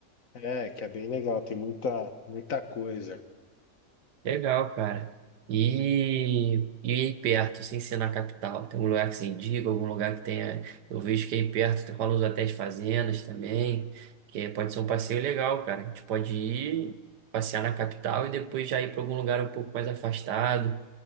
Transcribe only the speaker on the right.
Legal, cara. E, e aí perto, sem ser na capital, tem um lugar que se indica, algum lugar que tenha. Eu vejo que aí perto rola uns hotéis fazendas também, que é- pode ser um passeio legal, cara. A gente pode ir passear na capital e depois já ir para algum lugar um pouco mais afastado.